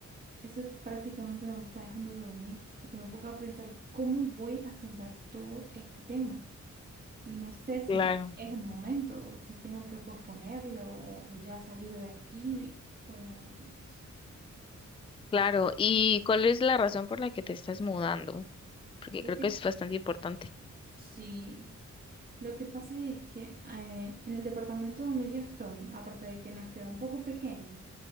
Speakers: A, on the right; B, on the left.
A: eso prácticamente no me está dejando dormir, porque me pongo a pensar cómo voy a saldar todo este tema. Y no sé si
B: Claro.
A: es el momento o si tengo que posponerlo o ya salir de aquí. Es como, Dios.
B: Claro, ¿y cuál es la razón por la que te estás mudando? Porque
A: Lo
B: creo
A: que,
B: que es bastante importante.
A: sí, lo que pasa es que eh, en el departamento donde yo estoy, aparte de que nos queda un poco pequeño,